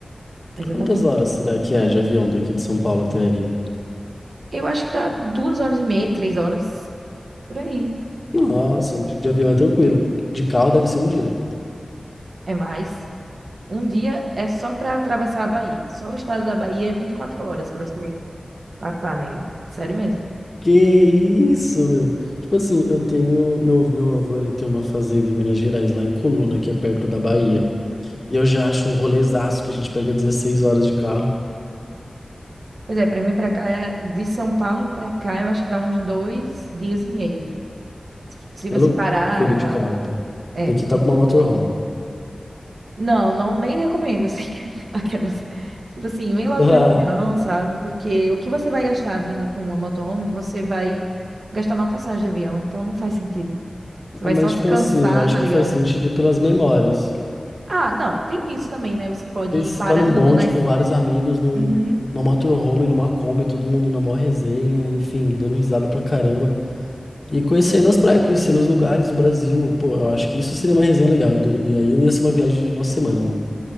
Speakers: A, on the right; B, on the left.
A: exatamente.
B: Quantas horas será que é de avião daqui de São Paulo até aí?
A: Eu acho que dá duas horas e meia, três horas, por aí.
B: Nossa, de avião é tranquilo. De carro deve ser um dia.
A: É mais. Um dia é só pra atravessar a Bahia. Só o estado da Bahia é 24 horas pra você passar nele. Sério mesmo.
B: Que isso, meu? Tipo assim, eu tenho. Meu, meu avô, ele tem uma fazenda em Minas Gerais, lá em Coluna, que é perto da Bahia. E eu já acho um rolezaço que a gente pega 16 horas de carro.
A: Pois é, pra mim pra cá, é- de São Paulo pra cá, eu acho que dá uns dois dias e meio. Se
B: É
A: você
B: loucura
A: parar e
B: ir
A: tal.
B: de carro, então.
A: É.
B: Tem que estar com uma motorhome.
A: Não, não, nem recomendo, assim, <laughs> aquelas. Tipo assim, vem logo
B: <laughs>
A: de avião, sabe? Porque o que você vai gastar vindo com uma motorhome, você vai gastar numa passagem de avião, então não faz sentido. Você
B: Ah,
A: vai
B: mas,
A: só se
B: tipo
A: cansar,
B: assim, eu acho
A: tá
B: que
A: ligado?
B: faz sentido pelas memórias.
A: Ah, não, tem isso também, né? Você pode
B: Pensa,
A: ir parando
B: você tá num bonde
A: nas.
B: com vários amigos, num,
A: Uhum.
B: numa motorhome, numa Kombi, todo mundo na maior resenha, enfim, dando risada pra caramba. E conhecendo as praias, conhecendo os lugares do Brasil, pô, eu acho que isso seria uma resenha legal. Eu dur- E aí ia ser uma viagem de uma semana, né?